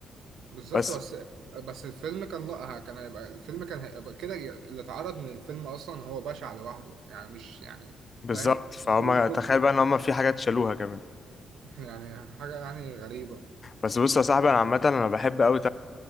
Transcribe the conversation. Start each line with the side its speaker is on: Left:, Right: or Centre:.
Right: بالظبط
Left: بس
Right: بس بس الفيلم كان لا كان هيبقى الفيلم كان هيبقى كده اللي اتعرض من الفيلم اصلا هو بشع لوحده يعني مش يعني
Left: بالظبط
Right: فاهم
Left: فهم
Right: الفيلم كله
Left: تخيل بقى ان هم في حاجات شالوها كمان
Right: <laughs> يعني حاجه يعني غريبه
Left: بس بص يا صاحبي انا عامه انا بحب قوي